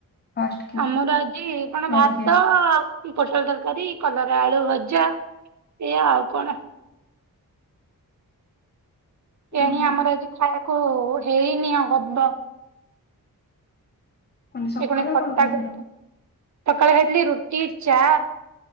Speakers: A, on the left; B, on the right.
A: ଫାଷ୍ଟ କି
B: ଆମର ଆଜି କଣ
A: ଜଳଖିଆ?
B: ଭାତ ପୋଟଳ ତରକାରୀ, କଲରା ଆଳୁ ଭଜା, ଏଇଆ ଆଉ କଣ?
A: ଉଁ
B: ଏହିିଁ ଆମର ଆଜି ଖାଇବାକୁ ହେଇନି ହବ।
A: ମାନେ
B: <unintelligible>
A: ସକାଳେ କଣ ଖାଇଥିଲ?
B: ସକାଳେ ଖାଇଥିଲି ରୁଟି ଚା